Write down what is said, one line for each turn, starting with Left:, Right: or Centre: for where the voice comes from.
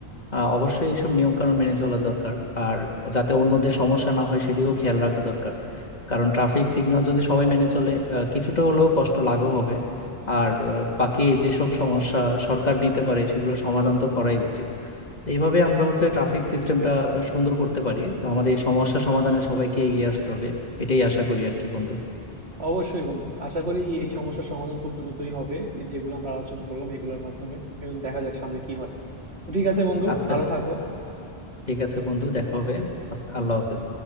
Left: আহ, অবশ্যই এইসব নিয়ম কানুন মেনে চলা দরকার আর যাতে অন্যদের সমস্যা না হয় সেদিকেও খেয়াল রাখা দরকার কারণ ট্রাফিক সিগন্যাল যদি সবাই মেনে চলে আহ, কিছুটা হলেও কষ্ট লাঘব হবে আর আহ, বাকি যেসব সমস্যা সরকার নিতে পারে সেগুলো সমাধান তো করাই উচিত তো এইভাবে আমরা হচ্ছে ট্রাফিক সিস্টেমটা সুন্দর করতে পারি তো আমাদের এই সমস্যা সমাধানে সবাইকে এগিয়ে আসতে হবে এটাই আশা করি আর কি বন্ধু
Right: অবশ্যই বন্ধু আশা করি এই সমস্যার সমাধান খুব দ্রুতই হবে এই যেগুলো আমরা আলোচনা করলাম এগুলোর মাধ্যমে এবং দেখা যাক সামনে কি হয় তো ঠিক আছে বন্ধু
Left: আচ্ছা
Right: ভালো থাকো
Left: ঠিক আছে বন্ধু দেখা হবে আল্লাহ হাফেজ